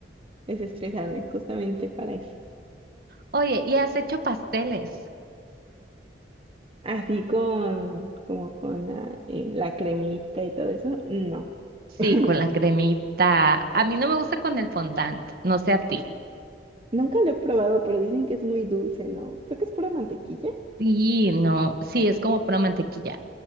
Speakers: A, on the right; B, on the right.
A: desestresarme, justamente para eso.
B: Oye, ¿y has hecho pasteles?
A: Así con, como con la, eh, la cremita y todo eso, no.
B: Sí,
A: <laughs>
B: con la cremita. A mí no me gusta con el fondant, no sé a ti.
A: Nunca lo he probado, pero dicen que es muy dulce, ¿no? Creo que es pura mantequilla.
B: Sí, no, sí, es como pura mantequilla,